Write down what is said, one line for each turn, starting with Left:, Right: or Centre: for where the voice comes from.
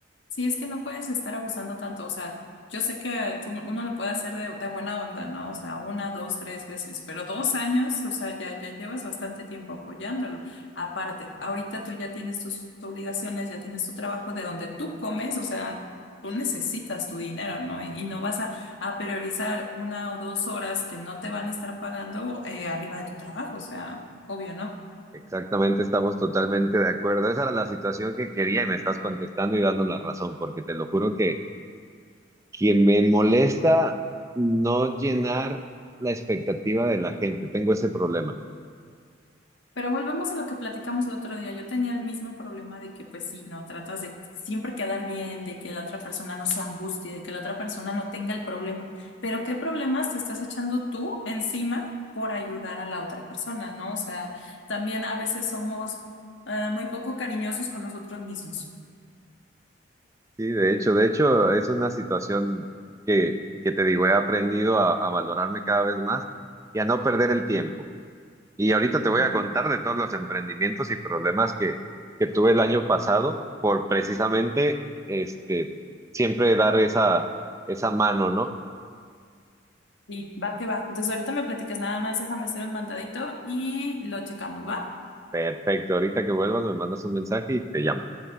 Left: Sí, es que no puedes estar abusando tanto, o sea, yo sé que tú- uno le puede hacer de, de buena onda, ¿no? O sea, una, dos, tres veces, pero dos años, o sea, ya, ya llevas bastante tiempo apoyándolo. Aparte, ahorita tú ya tienes tus obligaciones, ya tienes tu trabajo de donde tú comes, o sea, tú necesitas tu dinero, ¿no? Y, y no vas a, a priorizar una o dos horas que no te van a estar pagando eh, arriba de tu trabajo, o sea, obvio, ¿no?
Right: Exactamente, estamos totalmente de acuerdo. Esa era la situación que quería y me estás contestando y dando la razón, porque te lo juro que que me molesta no llenar la expectativa de la gente. Tengo ese problema.
Left: Pero volvemos a lo que platicamos el otro día. Yo tenía el mismo problema de que, pues sí, no, tratas de siempre quedar bien, de que la otra persona no se angustie, de que la otra persona no tenga el problema. Pero ¿qué problemas te estás echando tú encima por ayudar a la otra persona, ¿no? O sea, también a veces somos eh, muy poco cariñosos con nosotros mismos.
Right: Sí, de hecho, de hecho, es una situación que, que te digo, he aprendido a, a valorarme cada vez más y a no perder el tiempo. Y ahorita
Left: Claro.
Right: te voy a contar de todos los emprendimientos y problemas que, que tuve el año pasado por precisamente este, siempre dar esa, esa mano, ¿no?
Left: Y va que va. Entonces ahorita me platicas nada más, déjame hacer un mandadito y lo checamos, ¿va?
Right: Perfecto, ahorita que vuelvas me mandas un mensaje y te llamo.